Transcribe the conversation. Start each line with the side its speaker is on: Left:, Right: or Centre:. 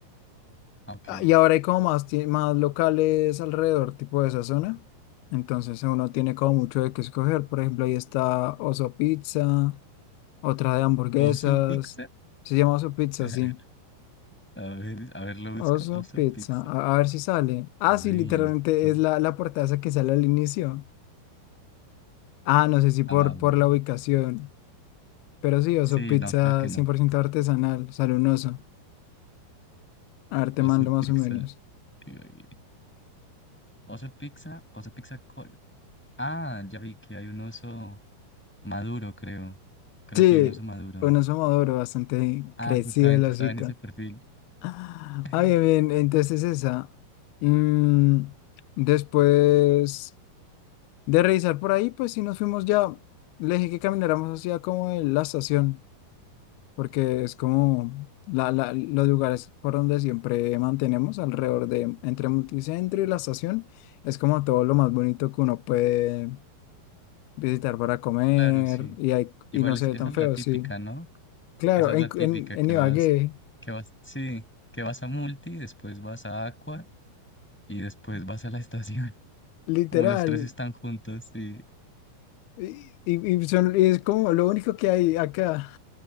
Centre: Ok.
Left: Ah, Y ahora hay como más, tie- más locales alrededor, tipo de esa zona. Entonces uno tiene como mucho de qué escoger. Por ejemplo, ahí está Oso Pizza, otra de hamburguesas.
Centre: ¿Oso pizza?
Left: Se llama Oso Pizza,
Centre: <laughs>
Left: sí.
Centre: A ver, a ver, lo busco.
Left: Oso
Centre: Oso
Left: Pizza.
Centre: Pizza.
Left: A, a ver si sale. Ah,
Centre: Uy.
Left: sí, literalmente
Centre: co-
Left: es la, la portada esa que sale al inicio. Ah, no sé si por,
Centre: A ver.
Left: por la ubicación. Pero sí, Oso
Centre: Sí,
Left: Pizza
Centre: no, creo que no.
Left: cien por ciento artesanal. Sale un oso. A ver,
Centre: Oso
Left: te mando más
Centre: Pizza.
Left: o menos.
Centre: digo, y- Oso Pizza, Oso Pizza Col. Ah, ya vi que hay un oso maduro, creo. Creo
Left: Sí,
Centre: que hay un oso maduro.
Left: bueno, somos maduro, bastante
Centre: Ah,
Left: crecido
Centre: justamente
Left: el osito.
Centre: estaba en ese perfil.
Left: Ah,
Centre: <laughs>
Left: bien, bien, entonces esa. Mm, después de revisar por ahí, pues sí nos fuimos ya. Le dije que camináramos hacia como el- la estación, porque es como la, la- los lugares por donde siempre mantenemos alrededor de, entre Multicentro y la estación, es como todo lo más bonito que uno puede visitar para comer
Centre: Claro, sí.
Left: y, hay,
Centre: Igual
Left: y no
Centre: es,
Left: se ve
Centre: esa
Left: tan
Centre: es
Left: feo,
Centre: la típica,
Left: sí.
Centre: ¿no?
Left: Claro,
Centre: Esa es
Left: en,
Centre: la típica
Left: en, en
Centre: que
Left: Ibagué,
Centre: vas, que vas, sí, que vas a Multi, después vas a Aqua y después vas a la estación. <laughs>
Left: literal.
Centre: Como los tres están juntos, sí.
Left: Y, y- y son, y es como lo único que hay acá.